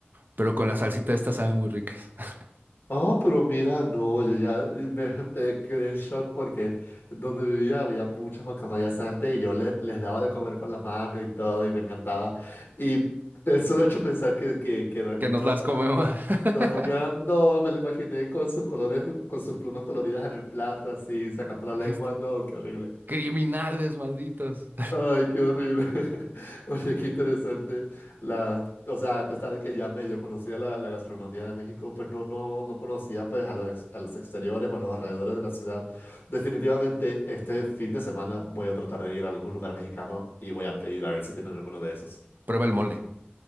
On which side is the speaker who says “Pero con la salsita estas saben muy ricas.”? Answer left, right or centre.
Right